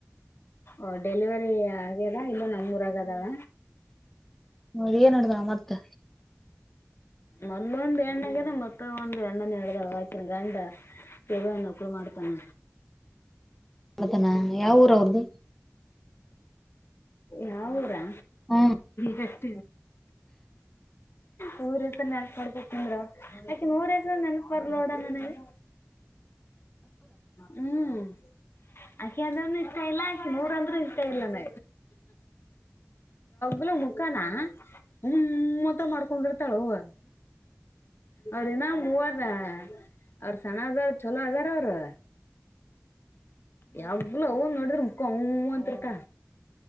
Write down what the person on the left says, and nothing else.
ಓ ಡೆಲಿವರಿ ಆಗ್ಯದ ಇಲ್ಲ ನಾ ನಮೂರಾಗದಾಳ.
ಮೊದ ಒಂದು್ ಎಣ್ಣಂಗದ ಮತ್ತ ಒಂದಂದು ಎಣ್ಣನ ಹಡ್ದಾವ ಹಾಕಿನ ಗಂಡ ಯವ ನಕರು ಮಾಡ್ತಾನ
ಯಾವ ಊರಾ
ಹತ ನೂರ ಹೆಸರ ನೆನಪ ಮಾಡ್ಕ ತಿಂದ್ರು ಆಕೆ ನೂರ ಹೆಸರ ನೆನಪ ಬರ್ಲೋಡ ನನಗೆ ಹ್ಮ್ ಆಕಿ ಅಂದ್ರೇನು ಇಷ್ಟ ಇಲ್ಲ ಆಕಿ ಊರಂದ್ರು ಇಷ್ಟ ಇಲ್ಲ ನ ಎಲೂ ಮುಕ್ಕಾನಾ ಹ ಮತ್ತ ಮಾಡ್ಕೊಂಡಿರ್ತಾಳ ಹೂವ ಅವ್ರನ್ನ ಮೂವಾರದ ಅವ್ರ ಸಣ್ಣ ಹದಾರ ಛೋಲ ಹಜಾರ್ ಅವರು ಯಾವಲೋ ಊ ನೋಡಿದ್ರ ಮುಕ್ಕ ಅವ ಮಾಂತರ್ಕ